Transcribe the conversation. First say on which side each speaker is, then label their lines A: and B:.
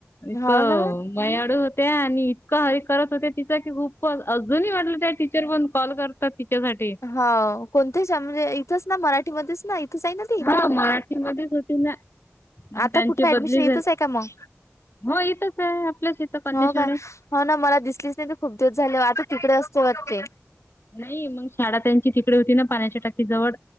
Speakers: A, on the left; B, on the left.
A: इथ
B: हो ना
A: मयाळू होत्या आणि इतक हरी करत होत्या तिचा की खूप पण अजूनही वाटलं त्या टीचर पण कॉल करतात तिच्यासाठी
B: हा कोणती शाळा म्हणजे इथंच ना मराठीमध्येच ना? इथंच आहे ना ती
A: ह मराठीमध्येच होती ना. मग
B: आता
A: त्यांची
B: कुठे ऍडमिशन
A: बदली
B: इथच
A: झाली
B: आहे का मग?
A: हो इथंच आहे आपल्याच इथं कन्या
B: हो
A: शाळेत
B: काय हो ना मला दिसलीच नाही तर खूप दिवस झाली आधी तिकडे असते वाटते
A: नाही मग शाळा त्यांची तिकडे होती ना पाण्याच्या टाकी जवळ